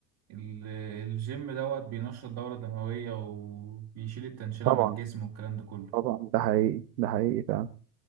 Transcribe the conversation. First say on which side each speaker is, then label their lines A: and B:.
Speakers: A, on the right; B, on the right.
A: ال- الجيم دوت بينشط الدورة الدموية وبيشيل التنشنة
B: طبعا
A: من الجسم والكلام ده كله
B: طبعا ده حقيقي ده حقيقي فعلا